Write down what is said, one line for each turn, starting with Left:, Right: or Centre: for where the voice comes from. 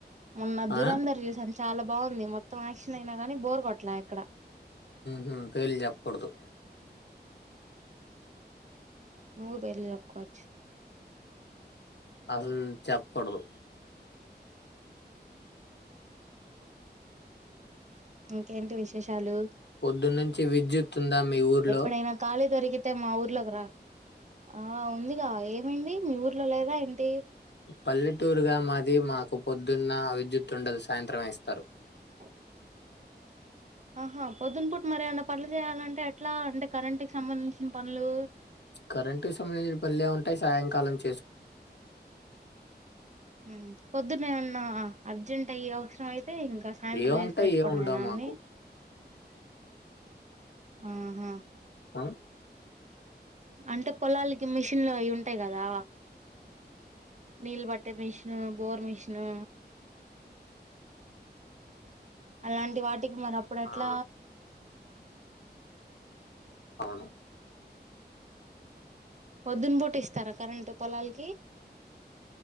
Right: ఉన్న
Left: ఆ
Right: దురంందర చూసాను చాలా బాగుంది మొత్తం యాక్షన్ అయినా గాని బోర్ కొట్లా అక్కడ
Left: హ తేలి చెప్పకూడదు
Right: ము బళ జకుచ్చ
Left: అసలు చెప్పకూడదు
Right: ఇంకేంటి విశేషాలు
Left: పొద్దు నుంచి విద్యుత్ ఉందా మీ ఊర్లో
Right: ఎప్పుడైనా కాల ద్వరకు <unintelligible> అతే మా ఊర్లోకి రా ఆ ఉందిగా ఏమైంది మీ ఊర్లో లేదా ఏంటి
Left: పల్లెటూరుగా మాది మాకు పొద్దున్న విద్యుత్తుండదు సాయంత్రమే ఇస్తారు
Right: <inaudible> ఆహా పొద్దున్న పూట మరి ఏమీ న్న పనులు చేయాలంటే ఎట్లా అంటే కరెంటుకు సంబంధించిన పనులు
Left: కరెంటు సంబంధించిన పనులు ఏం ఉంటాయి సాయంకాలం చేసుకుంట
Right: హమ్ పొద్దునేే ఎమన్నా అర్జెంట్ అయ్యి అవసరం అయితే అయితే ఇంకా సాయంత్రం
Left: ఏముంటాయి
Right: చేసి పెట్టుకోవడమేన
Left: ఏం ఉండవు
Right: అన్ని
Left: మాకు
Right: ఆహా
Left: ఆ
Right: అంటే పొలాలకి మిషన్లు అవి ఉంటాయి కదా నీల్బట్టె మిషను బోర్ మిషను అలాంటి వాటికి మరి అప్పుడేట్ల
Left: ఆ అవును
Right: పొద్దున పూట ఇస్తారా కరెంటు పొలాలకి